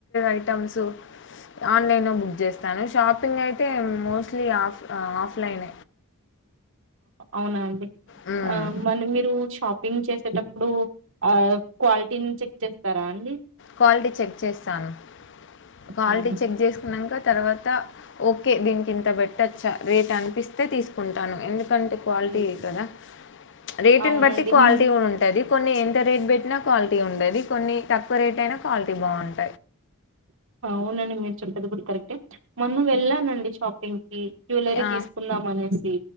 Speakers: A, on the left; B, on the right.
A: ఐటమ్స్ ఆన్లైన్ బుక్ చేస్తాను షాపింగ్ అయితే మోస్ట్లీ ఆఫ్ ఆఫ్ లైన్
B: అవునా అండి
A: హ్మ్
B: ఆ మలీ మీరు షాపింగ్ చేసేటప్పుడు ఆ క్వాలిటీని చెక్ చేస్తారా అండి
A: క్వాలిటీ చెక్ చేస్తాను క్వాలిటీ
B: హ్మ్.
A: చెక్ చేసుకున్నాక తర్వాత ఓకే దీనికి ఇంత పెటోచ్చా రేట్ అనిపిస్తే తీసుకుంటాను ఎందు ఎందుకంటే క్వాలిటీ
B: హ్మ్.
A: ఇ కదా రేటుని
B: అవునండి
A: బట్టి క్వాలిటీ
B: నేను
A: కూడా ఉంటది కొన్ని ఎంత రేట్ పెట్టినా క్వాలిటీ ఉండది కొన్ని తక్కువ రేట్ అయినా క్వాలిటీ బాగుంటంది
B: అవునండి మీరు చెప్పది కూడా కరెక్ట్ మొన్న వెళ్ళానండి షాపింగ్ కి జ్యువలరీ
A: ఆ!
B: తీసుకుందాం అనేసి